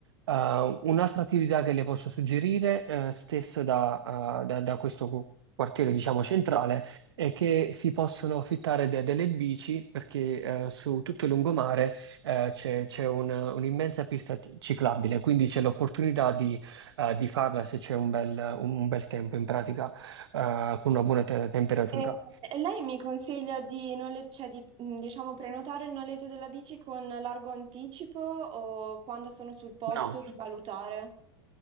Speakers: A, on the right (about 80°); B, on the right (about 40°).
A: Uh, un'altra attività che le posso suggerire, eh, stesso da, uh, da- da questo cu- quartiere, diciamo, centrale, è che si possono affittare de- delle bici perché eh, su tutto il lungomare eh, c'è c'è un- un'immensa pista ci- ciclabile, quindi c'è l'opportunità di, eh, di farla se c'è un bel, un bel tempo in pratica, eh, con una buona te- temperatura.
B: E e lei mi consiglia di, nole- cioè di, mh, diciamo, prenotare il noleggio della bici con largo anticipo o quando sono sul posto
A: No.
B: di valutare?